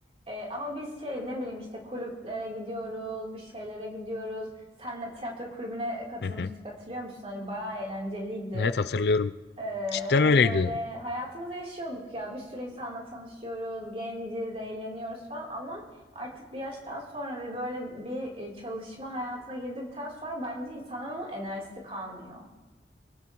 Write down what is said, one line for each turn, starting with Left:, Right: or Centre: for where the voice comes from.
Right: E, ama biz şey ne bileyim işte kulüplere gidiyoruz, bir şeylere gidiyoruz. Senle tiyatro kulübüne katılmıştık
Left: Hı hı.
Right: hatırlıyor musun? Hani bayağı eğlenceliydi.
Left: Evet hatırlıyorum.
Right: Ee,
Left: Cidden
Right: hani
Left: öyleydi.
Right: böyle hayatımızı yaşıyorduk ya. Bir sürü insanla tanışıyoruz, genciz, eğleniyoruz falan ama artık bir yaştan sonra ve böyle bir e, çalışma hayatına girdikten sonra bence insanın onun enerjisi kalmıyor.